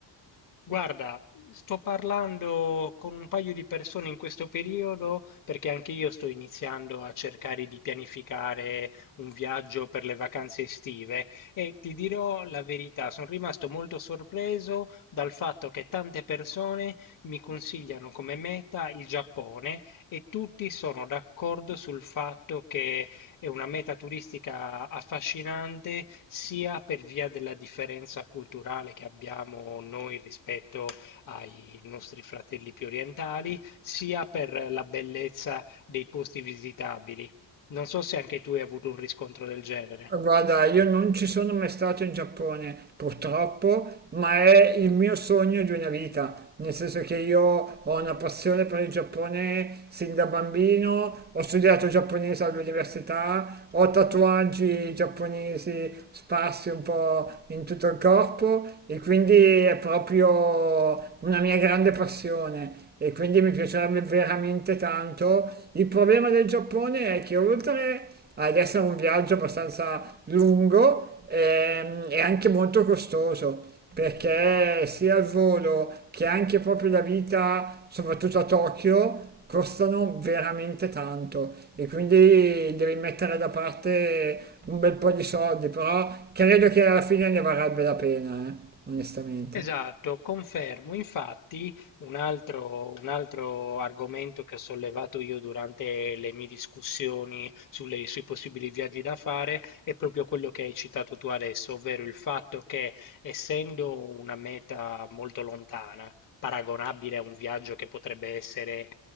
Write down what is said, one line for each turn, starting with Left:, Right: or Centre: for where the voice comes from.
Left: Guarda, sto parlando con un paio di persone in questo periodo perché anche io sto iniziando a cercare di pianificare un viaggio per le vacanze estive e ti dirò la verità, sono rimasto molto sorpreso dal fatto che tante persone mi consigliano come meta il Giappone e tutti sono d'accordo sul fatto che è una meta turistica affascinante sia per via della differenza culturale che abbiamo noi rispetto ai nostri fratelli più orientali, sia per la bellezza dei posti visitabili. Non so se anche tu hai avuto un riscontro del genere.
Right: Guarda, io non ci sono mai stato in Giappone, purtroppo, ma è il mio sogno di una vita, nel senso che io ho una passione per il Giappone sin da bambino, ho studiato giapponese all'università, ho tatuaggi giapponesi sparsi un po' in tutto il corpo e quindi è proprio una mia grande passione e quindi mi piacerebbe veramente tanto. Il problema del Giappone è che oltre ad essere un viaggio abbastanza lungo, ehm, è anche molto costoso. Perché sia il volo che anche proprio la vita, soprattutto a Tokyo, costano veramente tanto e quindi devi mettere da parte un bel po' di soldi, però credo che alla fine ne varrebbe la pena, eh, onestamente.
Left: Esatto, confermo. Infatti, un altro, un altro argomento che ho sollevato io durante le mie discussioni sulle- sui possibili viaggi da fare è proprio quello che hai citato tu adesso, ovvero il fatto che, essendo una meta molto lontana, paragonabile a un viaggio che potrebbe essere